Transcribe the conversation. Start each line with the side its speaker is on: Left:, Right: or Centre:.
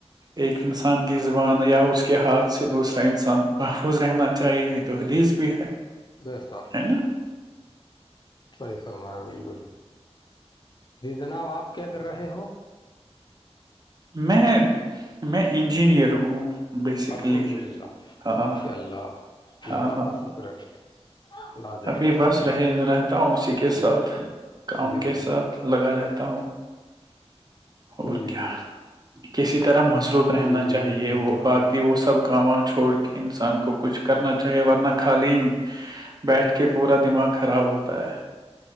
Right: ایک انسان کی زبان یا اس کے ہاتھ سے دوسرا انسان محفوظ رہنا چاہیے تو حدیث جی ہے
Left: بہستتر
Right: ہے نا
Left: صحیح فرمایا بالکل جی جناب آپ کیا کر رہے ہو
Right: میں میں انجینئر ہوں بیسکلی
Left: الحمد للہ
Right: ہاں ہاں
Left: ماشاء اللہ اللہ
Right: ہاں ہاں
Left: کا شکر ہے لاجواب
Right: ابھی بس رہ رہتا ہوں اسی کے ساتھ کام
Left: جی
Right: کے
Left: جی
Right: ساتھ لگا رہتا ہوں اور
Left: جی
Right: کیا
Left: جی
Right: کسی طرح مس گروپ رہنا
Left: جی بالکل
Right: چاہیے
Left: صحیح
Right: وہ
Left: فرمایا
Right: باقی وہ سب کام وام چھوڑ کے انسان کو کچھ کرنا چاہیے ورنہ خالی بیٹھ کے پورا دماغ خراب ہوتا ہے